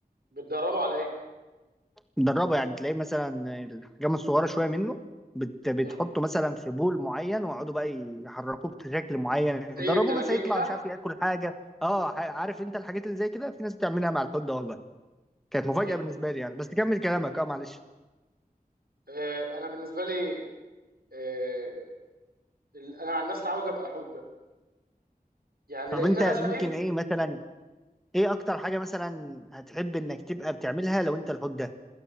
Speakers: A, on the right; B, in the centre.
A: بتدربه على ايه
B: دربه يعني تلاقيه مثلا الحجام الصغيره شويه منه بت... بتحطه
A: مم.
B: مثلا في بول معين ويقعدوا بقى يحركوه بشكل معين
A: زي
B: يدربوه
A: الدلافين
B: مثلا يطلع
A: كده
B: مش عارف ياكل حاجه اه ح- عارف انت الحاجات اللي زي كده في ناس بتعملها مع الحوت ده والله كانت مفاجاه
A: مم.
B: بالنسبه لي يعني بس كمل كلامك اه معلش
A: آه انا بالنسبه لي آه ال- انا عن نفسي عاوز ابقى حوت ده يعني لان
B: طب انت
A: انا
B: ممكن
A: شايف
B: ايه مثلا ايه اكتر حاجه مثلا هتحب انك تبقى بتعملها لو انت الحوت ده